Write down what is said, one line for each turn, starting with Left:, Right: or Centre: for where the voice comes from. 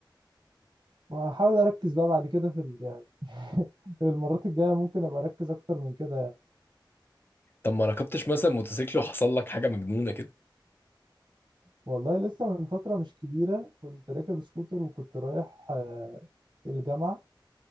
Right: وهحاول أركز بقى بعد كده في ال... يعني <laughs> المرات الجاية ممكن أبقى أركز أكتر من كده
Left: طب ما ركبتش مثلا موتوسيكل وحصل لك حاجة مجنونة كده
Right: والله لسه من فترة مش كبيرة كنت راكب سكوتر وكنت رايح آه، الجامعة